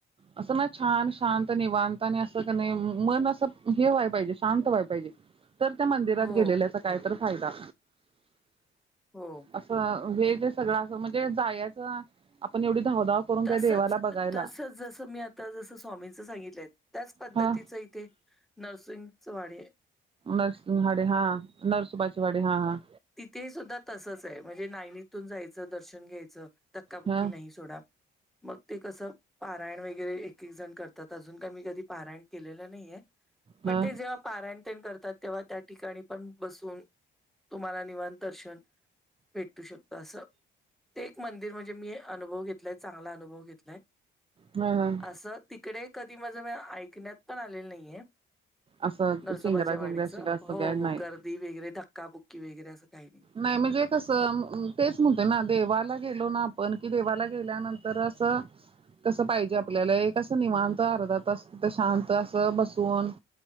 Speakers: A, on the right; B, in the centre.
A: असं ना छान शांत निवांत आणि असं कणी मन असं हे व्हाय पाहिजे शांत व्हाय पाहिजे तर त्या मंदिरात
B: हो,
A: गेलेल्याचा काय तर फायदा.
B: हो.
A: असं हे जे सगळं असं म्हणजे जायाचं. आपण एवढी धावधाव करून त्या
B: तसंच
A: देवाला बघायला
B: तसंच जसं मी आत जसं स्वामींच सांगितलंय त्याचं पद्धतीचं
A: हा
B: इथे नरसिंगचवाडी.
A: नर्सिंगवाडी हां.. नर्सोबाचीवाडी हा हा..
B: तिथेही सुद्धा तसंच आहे म्हणजे लायनीतून जायचं. दर्शन घ्यायचं धक्काबक्की
A: हा
B: नाही सोडा. मग ते कसं. पारायण वगैरे एक एक जण करतात. अजून काय मी कधी पारायण केलेलं नाहीये. पण
A: हा
B: ते जेव्हा पारायण. तेन करतात तेव्हा त्या ठिकाणी पण बसून तुम्हाला निवांत दर्शन. भेटू शकतो असं ते एक मंदिर म्हणजे, मी अनुभव घेतलाय चांगला अनुभव घेतलाय.
A: हम्म..
B: असं तिकडे कधी माझं मग ऐकण्यात पण आलेलं नाही ये.
A: असं
B: नरसोबाच्या
A: चिंगरा चिंगऱ्या
B: वाडीच
A: शिका असं
B: हो
A: काय नाही
B: हो.. गर्दी वगैरे धक्काबुक्की वगैरे असं काही नाही.
A: नाही म्हणजे कसं तेच म्हणतोय ना, देवाला गेलो ना आपण कि देवाला गेल्यानंतर असं. तसं पाहिजे. आपल्याला एक असं निवांत अर्धा तास असं शांत असं बसून.